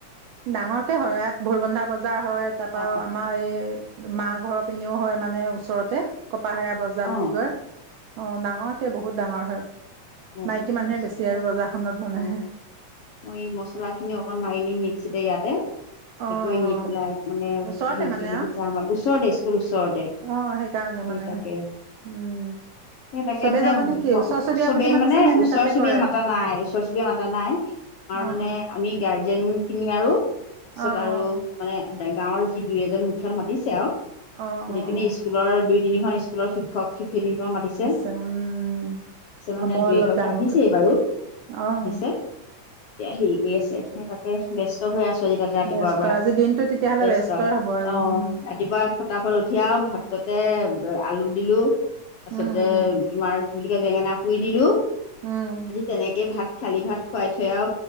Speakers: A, on the right; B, on the left.
A: ডাঙৰ কে হয়। ইয়াত ভুৰবন্ধা বজাৰ হয় তাৰপৰা
B: অ
A: আৰু আমাৰ আমাৰ এই মা
B: অ
A: ঘৰৰ পিনেও হ'য় মানে ওচৰতে কপাহেৰা বজাৰ
B: অ
A: বুলি কয়। অ ডাঙৰকে বহুত ডাঙৰ হয়।
B: অ
A: মাইকী মানুহে
B: তাৰপিছতে
A: বেছি আৰু বজাৰখনত মানে।
B: অ মই মছলাখিনি অকণ মাৰি নিম মিস্যিতে ইয়াতে।
A: অ', অ',
B: কৰি নি পেলাই মানে
A: ওচৰতে
B: হেৰি
A: মানে
B: যাম আৰু। ওচৰতে স্কুল ওচৰতে।
A: অ সেইকাৰণে
B: সেই
A: মানে
B: তাকে
A: উম।
B: সেই তাকে
A: চবেই
B: মানে
A: যাব নে কি ওচৰ চুবুৰীয়া
B: চবেই
A: বুলি মাতিছে
B: মানে
A: নে নে
B: ওচৰ
A: তাতে
B: চুবুৰীয়া
A: কৰে
B: মাতা নাই। ওচৰ চুবুৰীয়া মাতা নাই। আমাৰ
A: অ',
B: মানে
A: অ',
B: আমি গাৰ্জিয়েন খিনি আৰু তাৰপিছত
A: অ',
B: আৰু
A: অ',
B: মানে গাঁৱৰ যি দুই এজন মুখিয়াল মাতিছে আৰু। সতি
A: অ', অ', অ',
B: পিনে স্কুলৰ দুই তিনিখন স্কুলৰ শিক্ষক শিক্ষয়িত্ৰী সকলক মাতিছে।
A: <inaudible>
B: আহিছে মানে দুই
A: অলপ
B: এগৰাকী
A: ডাঙৰকৈ
B: আহিছে বাৰু
A: অ',
B: আহিছে এতিয়া হেৰি কৰি আছে সেই তাকেই। ব্যস্ত হৈ আছোঁ আজি তাতে ৰাতিপুৱাৰ
A: ব্যস্ত
B: পৰা
A: আজি দিনটো তেতিয়াহ'লে
B: ব্যস্ত
A: ব্যস্তই হ'ব আৰু
B: অ
A: উম,
B: ৰাতিপুৱাৰ ফটাফট উঠি আৰু ভাততে আলু দিলো তাৰপিছতে
A: উম, উম,
B: তোমাৰ কি‌বুলি কয় বেঙেনা পুৰি দিলোঁ।
A: উম।
B: তেনেকে ভাত খালি ভাত খুৱাই থৈ আৰু